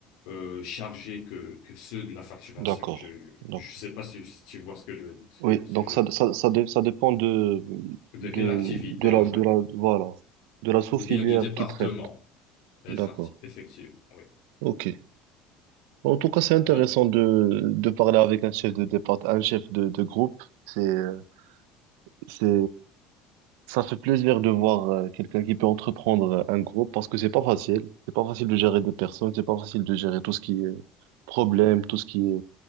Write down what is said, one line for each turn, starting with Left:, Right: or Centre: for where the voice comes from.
Left: euh, chargé que, que ceux de la facturation.
Right: d'accord.
Left: Je
Right: D'accord.
Left: je sais pas si, si tu vois ce que je veux dire, ce
Right: Oui,
Left: que, ce
Right: donc
Left: que je
Right: ça,
Left: veux dire.
Right: ça, ça, dé- ça dépend de,
Left: De
Right: de,
Left: quelle activité,
Right: de la,
Left: on
Right: de
Left: va
Right: la,
Left: dire.
Right: voilà, de la sous-filière
Left: Ou bien du département.
Right: qui traite.
Left: Effecti-
Right: D'accord.
Left: Effectivement, oui.
Right: OK. En tout cas, c'est intéressant
Left: Bah,
Right: de, de parler avec un chef de départ, un chef de, de groupe. C'est, euh, c'est, ça fait plaisir de voir euh, quelqu'un qui peut entreprendre un groupe parce que c'est pas facile. C'est pas facile de gérer des personnes, c'est pas facile de gérer tout ce qui est problème, tout ce qui est